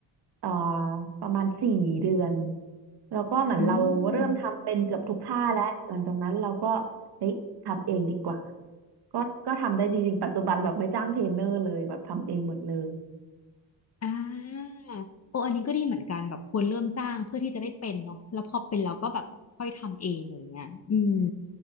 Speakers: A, on the right (about 55°); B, on the left (about 35°).
A: เอ่อประมาณสี่เดือนแล้วก็เหมือนเราเริ่มทำเป็นเกือบทุกท่าแล้วหลังจากนั้นเราก็
B: อืม
A: เฮ้ยทำเองดีกว่าก็ก็ทำได้จริงๆปัจจุบันแบบไม่จ้างเทรนเนอร์เลยแบบทำเองหมดเลย
B: อ่าโออันนี้ก็ดีเหมือนกันแบบควรเริ่มจ้างเพื่อที่จะได้เป็นเนาะแล้วพอเป็นแล้วก็แบบค่อยทำเองอย่างเงี้ยอืม